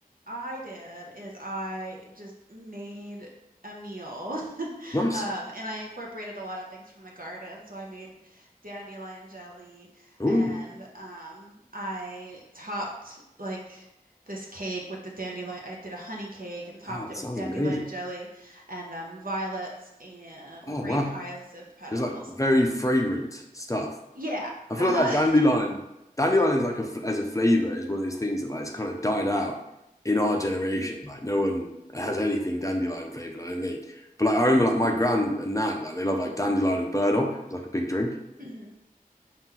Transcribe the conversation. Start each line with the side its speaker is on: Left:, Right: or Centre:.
Right: I did is I just made a meal. <laughs>
Left: Nice.
Right: Um, and I incorporated a lot of things from the garden. So I made dandelion jelly
Left: Ooh.
Right: and um, I topped like this cake with the dandelion. I did a honey cake and topped
Left: Oh, it
Right: it
Left: sounds
Right: with dandelion
Left: amazing.
Right: jelly and um, violets and
Left: Oh
Right: grape
Left: wow,
Right: hyacinth petals.
Left: it's like very fragrant stuff.
Right: Yeah.
Left: I feel
Right: Uh-huh.
Left: like that dandelion,
Right: <laughs>
Left: dandelion is like a as a flavor is one of those things that like it's kind of died out in our generation.
Right: Mhm,
Left: Like no one has anything dandelion flavored. I don't think. But like I remember like my gran and nan like they love like dandelion and burdock. It's like a big drink.
Right: mhm.